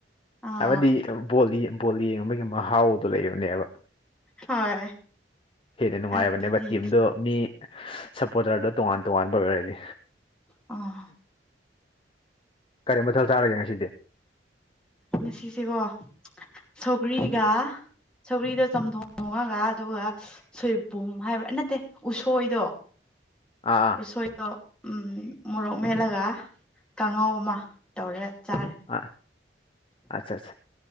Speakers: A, in the centre; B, on the left.
A: ꯑꯥ
B: ꯍꯥꯏꯕꯗꯤ ꯕꯣꯜꯗꯤ ꯕꯣꯜ ꯌꯦꯡꯕꯒꯤ ꯃꯍꯥꯎꯗꯣ ꯂꯩꯕꯅꯦꯕ
A: ꯍꯣꯏ
B: <inaudible> ꯍꯦꯟꯅ ꯅꯨꯡꯉꯥꯏꯕꯅꯦꯕ
A: ꯑꯗꯨꯗꯤ
B: ꯇꯤꯝꯗꯣ ꯃꯤ ꯁꯞꯄꯣꯔꯇꯔꯗꯣ ꯇꯣꯉꯥꯟ ꯇꯣꯉꯥꯟꯕ ꯑꯣꯏꯔꯗꯤ
A: ꯑ
B: ꯀꯔꯤ ꯃꯊꯦꯜ ꯆꯥꯔꯒꯦ ꯉꯁꯤꯗꯤ
A: ꯉꯁꯤꯁꯦꯀꯣ ꯁꯧꯒ꯭ꯔꯤꯒ ꯁꯧꯒ꯭ꯔꯤꯗꯣ ꯆꯝꯊꯣꯡ ꯊꯣꯡꯉꯒ ꯑꯗꯨꯒ ꯁꯣꯏꯕꯨꯝ ꯍꯥꯏꯕ꯭ꯔꯥ ꯅꯠꯇꯦ ꯎꯁꯣꯏꯗꯣ
B: ꯑꯥ ꯑꯥ
A: ꯎꯁꯣꯏꯗꯣ ꯎꯝ ꯃꯣꯔꯣꯛ ꯃꯦꯠꯂꯒ ꯀꯥꯡꯉꯧ ꯑꯃ ꯇꯧꯔꯦ ꯆꯥꯔꯦ
B: ꯑꯥ ꯑꯠꯆꯥ ꯑꯠꯆꯥ